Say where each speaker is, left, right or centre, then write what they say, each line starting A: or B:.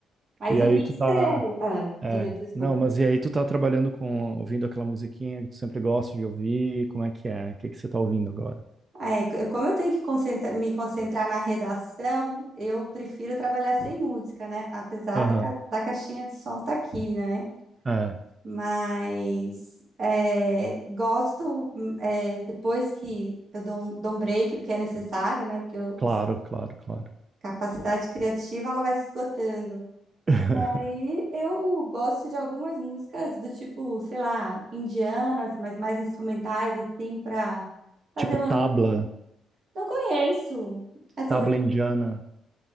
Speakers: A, on the right; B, on the right.
A: Mas
B: E
A: o
B: aí
A: que
B: tu
A: que você...
B: tá...
A: Ah,
B: É.
A: diga, desculpa.
B: Não, mas e aí tu tá trabalhando com... Ouvindo aquela musiquinha que tu sempre gosta de ouvir? Como é que é? O que que você tá ouvindo agora?
A: Ah, É, eu- como eu tenho que concentra- me concentrar na redação, eu prefiro trabalhar sem música, né? Apesar
B: Aham,
A: da, ca- da caixinha de som estar aqui, né?
B: é.
A: Mas é, gosto, hum, é, depois que eu dou um, dou um break, porque é necessário, né? Porque eu-
B: Claro,
A: os-
B: claro, claro.
A: a capacidade criativa, ela vai se esgotando.
B: <laughs>
A: Aí eu gosto de algumas músicas do tipo, sei lá, indianas, mas mais instrumentais, assim, para fazer
B: Tipo tabla,
A: um. Não conheço. É sobre.
B: tabla
A: o quê?
B: indiana.